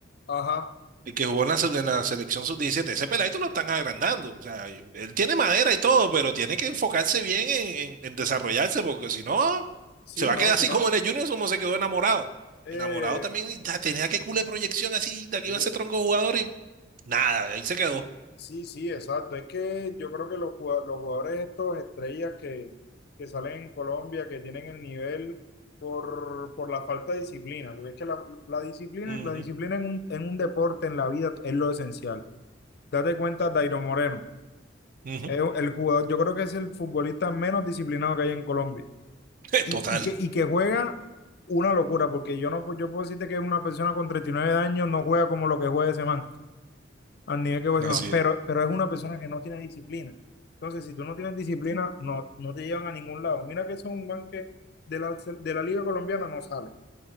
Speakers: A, on the left; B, on the right.
A: Ajá,
B: el que jugó en la, sub- en la selección sub diecisiete. ese peladito lo están agrandando, o sea, él tiene madera y todo, pero tiene que enfocarse bien en, en- en desarrollarse, porque si no,
A: sí,
B: se va
A: no,
B: a quedar
A: si
B: así
A: no,
B: como en el Junior, como se quedó enamorado.
A: eh,
B: Enamorado también, y ta- tenía que cule proyección así, de
A: sí,
B: aquí iba a ser tronco jugador y nada, ahí se quedó.
A: Sí, sí, sí, exacto. Es que yo creo que los, jugado- los jugadores estos estrellas que, que salen en Colombia, que tienen el nivel por, por la falta de disciplina, porque es que la, la disciplina,
B: Ujú,
A: la disciplina en un, en un deporte, en la vida, es lo esencial. Date cuenta, Dairo Moreno,
B: ujú.
A: es un- el jugador, yo creo que es el futbolista menos disciplinado que hay en Colombia
B: <laughs>
A: y,
B: Total,
A: y que, y que juega una locura, porque yo no yo puedo decirte que es una persona con 39 años no juega como lo que juega ese man al nivel que puede
B: así
A: ser Juan, pero,
B: es.
A: pero es una persona que no tiene disciplina. Entonces, si tú no tienes disciplina, no, no te llevan a ningún lado. Mira que eso es un man que de la, de la Liga Colombiana no sale.